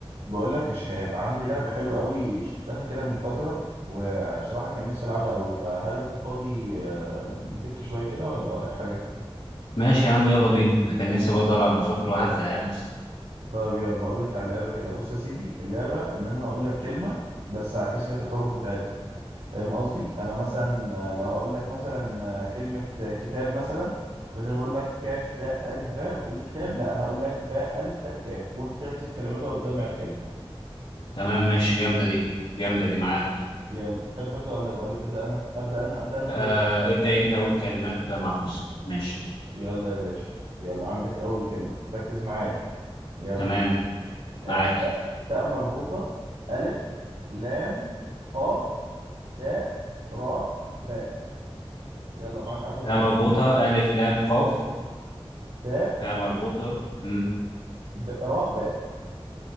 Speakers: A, on the right (about 85°); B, on the left (about 65°).
A: بقول لك يا شهاب عندي لعبة حلوة قوي شفتها كده من فترة وبصراحة كان نفسي ألعبها قوي فهل أنت فاضي آه، نفك شوية كده ولا وراك حاجة؟
B: ماشي يا عم يلا بينا انا كان نفسي برضه العب من الصبح الواحد زهقان اصلا
A: طب يلا هقول لك على اللعبة كده بص يا سيدي اللعبة إن أنا هقول لك كلمة بس هعكس لك الحروف بتاعتها فاهم قصدي؟ فأنا مثلا آه، لو هقول لك مثلا آه، كلمة آه، كتاب مثلا بدل ما أقول لك كاف تاء ألف باء وتقول لي كتاب لا أنا هقول لك باء ألف تاء كاف وأنت تعكس الكلمات بقى وتجمع الكلمة
B: تمام ماشي جامده دي جامده دي معاك
A: فيلا تحب أبدأ ولا ولا تبدأ أنا؟ أبدأ أنا أبدأ أنا وتبدأ
B: آه ابدا انت اقول كلمات معكوسه ماشي
A: يلا يا باشا يلا عندك أول كلمة ركز معايا يلا
B: تمام
A: آه
B: معاك
A: تاء تاء مربوطة ألف لام قاف تاء راء باء يلا معاك عشر
B: تاء
A: ثواني
B: مربوطه الف لام قاف
A: تاء
B: تاء مربوطه امم
A: ب... راء باء